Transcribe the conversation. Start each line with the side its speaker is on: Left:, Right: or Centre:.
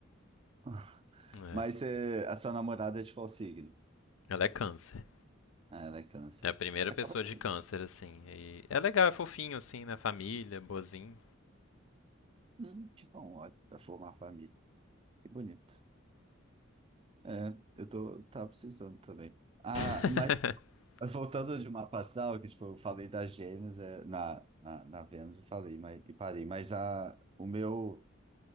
Right: <laughs>
Left: É.
Right: Mas eh, a sua namorada é de qual signo?
Left: Ela é câncer.
Right: Ah, ela é câncer.
Left: É a primeira
Right: Acaba
Left: pessoa
Right: sendo
Left: de câncer, assim. E é legal, é fofinho, assim, né? Família, boazinho.
Right: hum, tipo um ódio para formar família. Que bonito. É, eu tô, tava precisando também. Ah,
Left: <laughs>
Right: mas voltando de uma astral, que tipo, eu falei das gêmeas eh, na, na, na Vênus, eu falei, mas, e parei. Mas a, o meu.